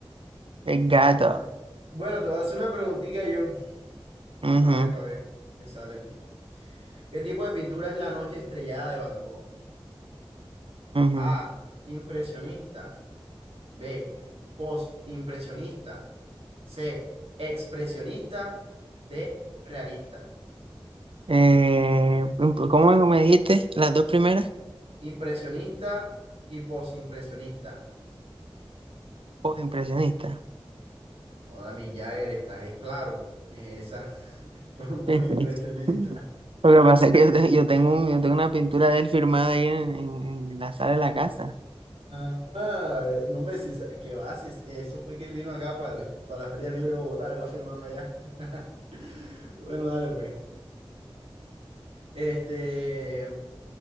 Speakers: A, on the right; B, on the right.
A: el gato.
B: Bueno, te voy a hacer una preguntita yo. Vamos
A: Ujú,
B: a ver para ver qué sale aquí. ¿Qué tipo de pintura es la noche estrellada de Van Gogh?
A: ujú.
B: A. Impresionista. B. Postimpresionista. C. Expresionista. D. Realista.
A: Eh, imp- ¿cómo me dijiste? Las dos primeras,
B: Impresionista y posimpresionista.
A: o impresionista.
B: Joder, mi Jagger, estás es claro. Es esa. <laughs> po- Posimpresionista.
A: sí sí. <laughs> Lo que pasa es que yo, te- yo tengo un- yo tengo una pintura de él firmada ahí en, en- en la sala de la casa.
B: Ah, no me si esa- que va, si es- eso fue que vino acá para, para la Feria Libre de Bogotá, la firmaba allá. <laughs> Bueno, dale pues. Este,